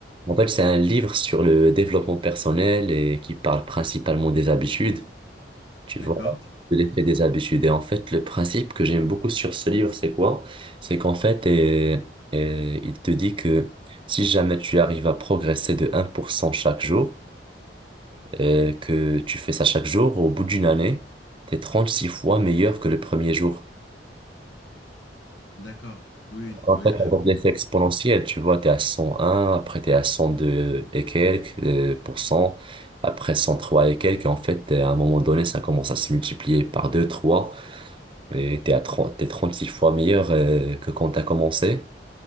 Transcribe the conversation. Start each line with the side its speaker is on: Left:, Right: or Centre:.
Right: En fait, c'est un livre sur le développement personnel et qui parle principalement des habitudes, tu
Left: D'accord,
Right: vois, de l'effet des habitudes. Et en fait, le principe que j'aime beaucoup sur ce livre, c'est quoi? C'est qu'en fait, euh, euh, il te dit que si jamais tu arrives à progresser de un pour cent chaque jour, euh, que tu fais ça chaque jour, au bout d'une année, t'es 36 fois meilleur que le premier jour.
Left: d'accord. Oui,
Right: En
Left: oui, ouais,
Right: fait,
Left: euh,
Right: on voit l'effet exponentiel, tu vois, t'es à 101, après t'es à 102 et quelques euh, pour cent, après 103 et quelques, et en fait, t'es- à un moment donné, ça commence à se multiplier par 2, 3. et t'es à trente, t'es 36 fois meilleur euh, que quand t'as commencé.